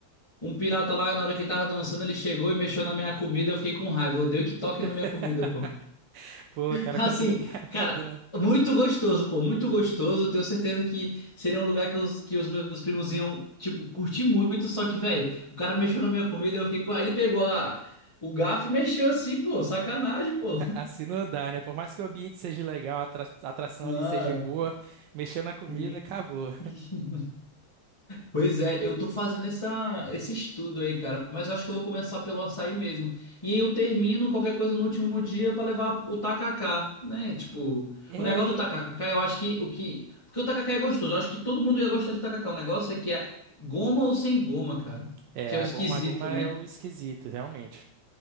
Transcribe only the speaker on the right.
<laughs>
Pô, cara,
é complicado,
né?
Assim não dá, né? Por mais que o ambiente seja legal, a atra- a atração
ali seja boa, mexeu na comida,
acabou.
É,
ali...
é,
a
goma, a goma
é o esquisito, realmente.